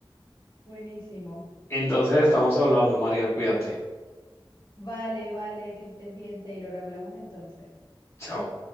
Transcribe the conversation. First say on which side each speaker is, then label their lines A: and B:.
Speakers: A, on the left (about 50°); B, on the left (about 30°).
A: Buenísimo.
B: Entonces, estamos hablando, María, cuídate.
A: Vale, vale, que estés bien, Taylor. Hablamos entonces.
B: Chao.